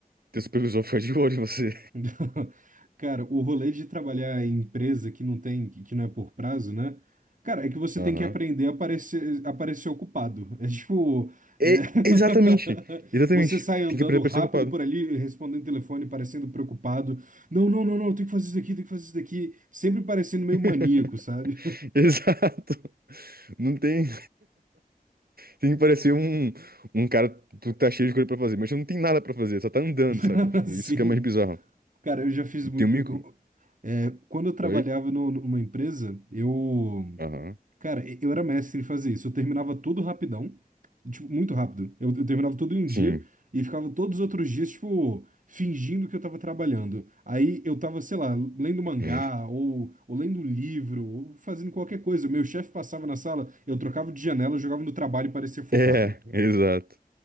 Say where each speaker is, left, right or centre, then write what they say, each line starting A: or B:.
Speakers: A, on the right (about 80°); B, on the right (about 60°).
A: teu supervisor <laughs> fica de olho em você.
B: <laughs> Cara, o rolê de trabalhar em empresa que não tem, que não é por prazo, né? Cara, é que você
A: Aham.
B: tem que aprender a aparecer, aparecer ocupado. É tipo.
A: É,
B: é,
A: exatamente.
B: <laughs>
A: Exatamente.
B: Você sai andando
A: Tem que aprender a
B: rápido
A: parecer ocupado.
B: por ali, respondendo telefone, parecendo preocupado. Não, não, não, não, eu tenho que fazer isso daqui, tenho que fazer isso daqui. Sempre parecendo meio maníaco,
A: <laughs>
B: sabe?
A: Exato. Não tem. Tem que parecer um, um cara que tá cheio de coisa pra fazer, mas não tem nada pra fazer, só tá andando, sabe?
B: <laughs>
A: Tipo,
B: Assim.
A: isso que é mais bizarro.
B: Cara, eu já fiz
A: E
B: muito.
A: Tem um mico?
B: é, quando eu trabalhava
A: Oi?
B: no- numa empresa, eu.
A: Aham.
B: Cara, eu era mestre em fazer isso. Eu terminava tudo rapidão. Tipo, muito rápido. Eu, eu terminava tudo em um
A: Sim.
B: dia e ficava todos os outros dias, tipo, fingindo que eu tava trabalhando. Aí eu tava, sei lá, lendo mangá,
A: Hum.
B: ou, ou lendo um livro, ou fazendo qualquer coisa. O meu chefe passava na sala, eu trocava de janela, eu jogava no trabalho e parecia focado.
A: É, exato.